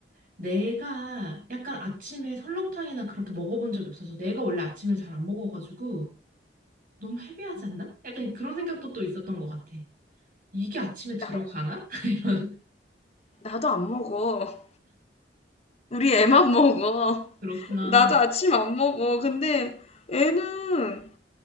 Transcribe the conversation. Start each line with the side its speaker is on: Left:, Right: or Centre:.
Right: 내가 약간 아침에 설렁탕이나 그렇게 먹어본 적이 없어서 내가 원래 아침을 잘 안 먹어가지고 너무 헤비하지 않나? 약간 그런 생각도 또 있었던 것 같아. 이게 아침에 들어가나?
Left: 나,
Right: <laughs> 이런,
Left: 나도 안 먹어. 우리 애만 먹어.
Right: 그렇구나.
Left: 나도 아침 안 먹어. 근데 애는,